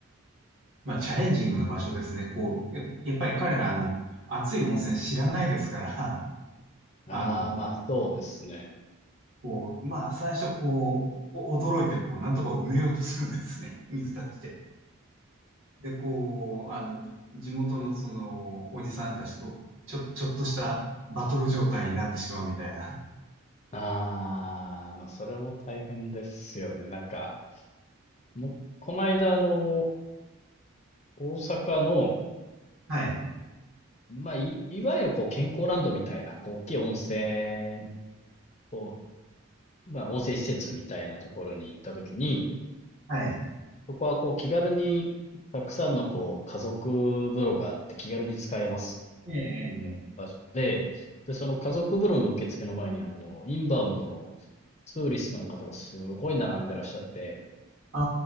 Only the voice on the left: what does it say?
ああ、
ま、そうですね。
ああ、まあ、それも大変ですよね。なんか、もう、この間、あの、大阪の、
まあ、い、いわゆるこう、健康ランドみたいな、こう、大きい温泉、こう、まあ、温泉施設みたいなところに行ったときに、
そこはこう、気軽に、たくさんのこう、家族風呂があって気軽に使えます
っていう場所で、
で、その家族風呂の受付の前にはもう、インバウンドのツーリストの方がすごい並んでらっしゃって、